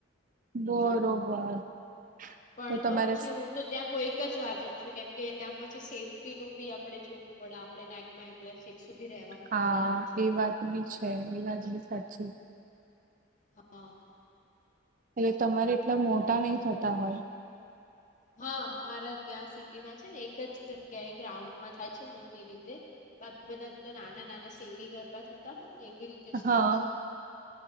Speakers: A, on the right; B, on the left.
A: બરોબર
B: પણ
A: તો તમારે
B: પછી હું તો ત્યાં કોઈક જ વાર જમશું કેમ કે ત્યાં પછી સેફ્ટી નું બી આપડણે જોવું પડે આપણે <unintelligible> <unintelligible> સુધી રેવાનું
A: હા
B: એટલે પછી
A: વાત એ બી છે એ વાત બી સાચી
B: હા
A: એટલે તમારે એટલા મોટા નહિ થતા હોય
B: હા મારા ત્યાં સિટીમાં છે ને એક જ જગ્યા એ ગ્રાઉન્ડમાં થાય છે મોટી રીતે બાકી બધા તો નાના નાના શેરી ગરબા થતા હોય ને એવી રીતે જ
A: હા
B: થાય છે.